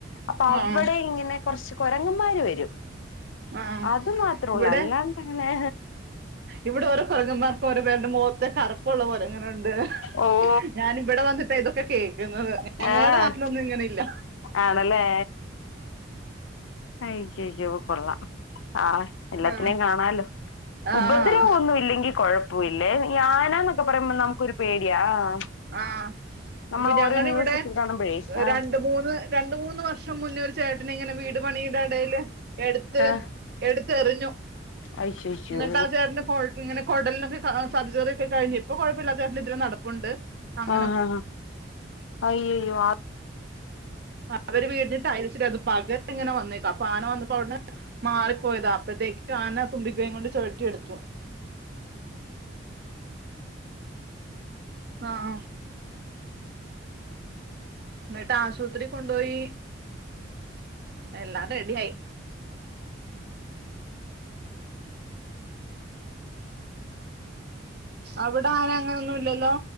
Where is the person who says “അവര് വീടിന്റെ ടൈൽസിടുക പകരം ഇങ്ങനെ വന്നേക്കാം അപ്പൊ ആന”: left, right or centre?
Right